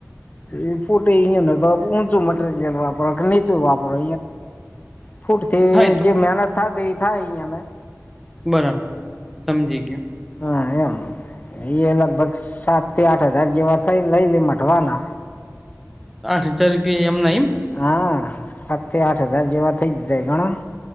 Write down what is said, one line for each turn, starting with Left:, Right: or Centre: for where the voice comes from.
Left: એ ફુટે ઈ ન તો ઉંચું મ. વાપરો કે નીચું વાપરો ફૂટથી
Centre: હા એ તો
Left: મહેનત એ જ થા તે થાય યાને.
Centre: બરાબર સમજી ગયું.
Left: હા એમ એ લગભગ સાત થી આઠ હજાર જેવા થાય લઈ લે મઢવાના.
Centre: આઠ હજાર રૂપિયા એ એમ ના હીમ.
Left: હા સાત થી આઠ હજાર જેવા થઇ જ જાય ગણોનેં